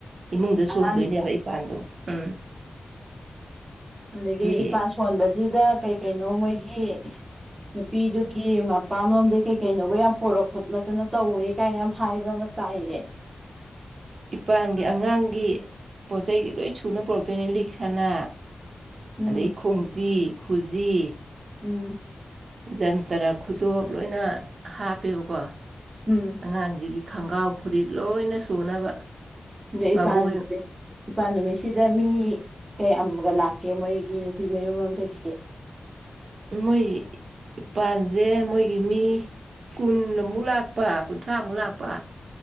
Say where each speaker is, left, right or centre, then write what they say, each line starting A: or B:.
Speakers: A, on the right; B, on the right.
A: ꯏꯃꯨꯡꯗ ꯁꯣꯟꯗꯣꯏꯅꯦꯕ
B: ꯑꯉꯥꯡꯁꯦ
A: ꯏꯄꯥꯟꯗꯣ ꯎꯝ
B: ꯑꯗꯒꯤ
A: ꯑꯩꯈꯣꯏꯒꯤ
B: ꯏꯄꯥꯥꯟ ꯁꯣꯟꯕꯁꯤꯗ ꯀꯩ ꯀꯩꯅꯣ ꯃꯣꯏꯒꯤ ꯅꯨꯄꯤꯗꯨꯒꯤ ꯃꯄꯥꯝ ꯂꯣꯝꯗꯒꯤ ꯀꯩ ꯀꯩꯅꯣꯒ ꯌꯥꯝ ꯄꯣꯔꯛ ꯈꯣꯠꯂꯛꯇꯅ ꯇꯧꯋꯦ ꯀꯥꯏꯅ ꯌꯥꯝ ꯍꯥꯏꯕ ꯇꯥꯏꯌꯦ
A: ꯏꯄꯥꯥꯟꯒꯤ ꯑꯉꯥꯡꯒꯤ ꯄꯣꯠ ꯆꯩꯒꯤ ꯂꯣꯏ ꯁꯨꯅ ꯄꯨꯔꯛꯇꯣꯏꯅꯦ ꯂꯤꯛꯁꯅꯥ
B: ꯎꯝ
A: ꯑꯗꯩ ꯈꯣꯡꯖꯤ ꯈꯨꯖꯤ
B: ꯎꯝ
A: ꯖꯟꯇꯔ ꯈꯨꯗꯣꯞ ꯂꯣꯏꯅ ꯍꯥꯞꯄꯦꯕꯀꯣ
B: ꯎꯝ
A: ꯑꯉꯥꯡꯁꯤꯒꯤ ꯈꯣꯡꯒ꯭ꯔꯥꯎ ꯐꯨꯔꯤꯠ ꯂꯣꯏꯅ ꯁꯨꯅꯕ
B: ꯗꯩ
A: ꯃꯕꯣꯏ
B: ꯏꯄꯥꯟ ꯏꯅꯤꯄꯥꯥꯟ ꯅꯨꯃꯤꯠꯁꯤꯗ ꯃꯤ ꯀꯌꯥꯝ ꯒ ꯂꯥꯛꯀꯦ ꯃꯣꯏꯒꯤ ꯅꯨꯄꯤ ꯃꯌꯨꯝꯔꯣꯝꯗꯒꯤꯗꯤ
A: ꯃꯣꯏꯒꯤ ꯏꯄꯥꯟꯁꯦ ꯃꯣꯏꯒꯤ ꯃꯤ ꯀꯨꯟꯃꯨꯛ ꯂꯥꯛꯄ ꯀꯨꯟꯊ꯭ꯔꯥꯃꯨꯛ ꯂꯥꯛꯄ